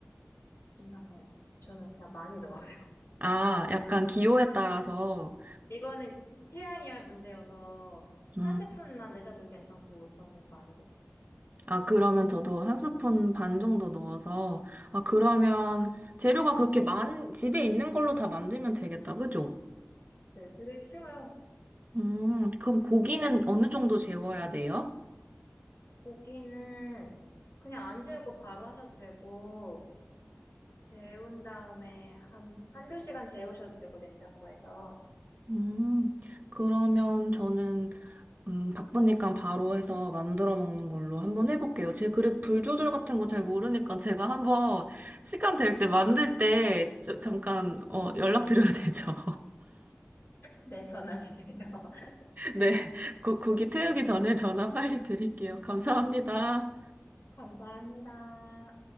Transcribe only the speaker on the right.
아, 약간 기호에 따라서,
음.
아, 그러면 저도 한 스푼 반 정도 넣어서, 아, 그러면 재료가 그렇게 많, 집에 있는 걸로 다 만들면 되겠다, 그죠?
음, 그럼 고기는 어느 정도 재워야 돼요?
음, 그러면 저는, 음, 바쁘니까 바로 해서 만들어 먹는 걸로 한번 해볼게요. 제 그릇 불 조절 같은 거 잘 모르니까 제가 한번 시간 될 때 만들 때 저- 잠깐, 어, 연락드려도 되죠?
<laughs> 네, 고, 고기 태우기 전에 전화 빨리 드릴게요. 감사합니다.